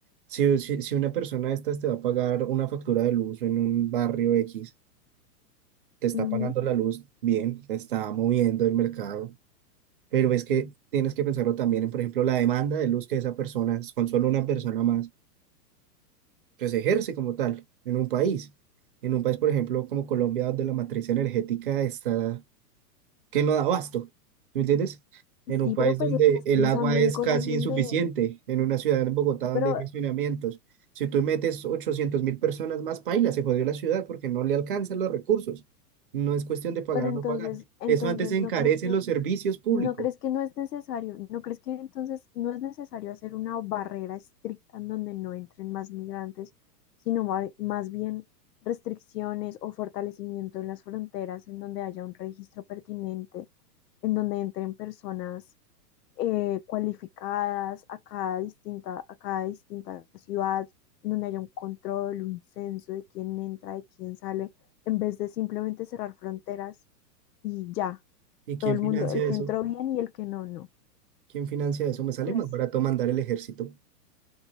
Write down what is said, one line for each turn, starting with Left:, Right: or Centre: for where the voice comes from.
Right: si, si, si una persona de estas te va a pagar una factura de luz en un barrio X, te está
Left: Ujú.
Right: pagando la luz bien, te está moviendo el mercado, pero es que tienes que pensarlo también en, por ejemplo, la demanda de luz que esa persona, con solo una persona más, pues ejerce como tal en un país. En un país, por ejemplo, como Colombia, donde la matriz energética está que no da abasto, ¿me entiendes? En un
Left: Sí,
Right: país
Left: pero pues
Right: donde
Left: estás
Right: el
Left: pensando
Right: agua es
Left: en cosas
Right: casi
Left: donde,
Right: insuficiente, en una ciudad en Bogotá
Left: pero,
Right: donde hay racionamientos. Si tú metes ochocientos mil personas más, paila, se jodió la ciudad porque no le alcanzan los recursos. No es cuestión de pagar
Left: pero entonces,
Right: o no pagar.
Left: entonces,
Right: Eso antes encarece
Left: ¿no crees que
Right: los servicios públicos.
Left: ¿No crees que no es necesario? ¿No crees que entonces no es necesario hacer una barrera estricta en donde no entren más migrantes, sino ma- más bien restricciones o fortalecimiento en las fronteras, en donde haya un registro pertinente, en donde entren personas eh, cualificadas a cada distinta, a cada distinta ciudad, en donde haya un control, un censo de quién entra, de quién sale, en vez de simplemente cerrar fronteras y ya?
Right: ¿Y quién
Left: todo el
Right: financia
Left: mundo, el
Right: eso?
Left: que entró bien y el que no, no.
Right: ¿Quién financia eso? Me sale
Left: Pues
Right: más barato mandar el ejército.